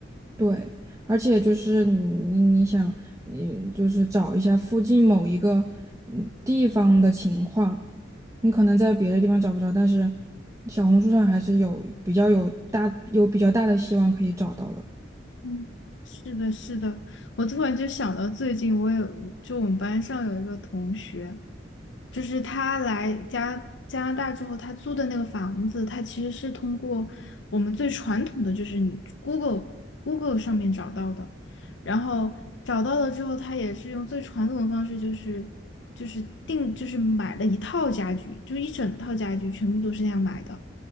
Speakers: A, on the right; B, on the left.
A: 对，而且就是你你你想，嗯，就是找一下附近某一个嗯地方的情况，你可能在别的地方找不着，但是小红书上还是有比较有大有比较大的希望可以找到的。
B: 嗯，是的，是的，我突然就想到最近我有，就我们班上有一个同学，就是他来加加拿大之后，他租的那个房子，他其实是通过我们最传统的，就是你 Google Google 上面找到的，然后找到了之后，他也是用最传统的方式，就是就是定就是买了一套家具，就一整套家具全部都是那样买的。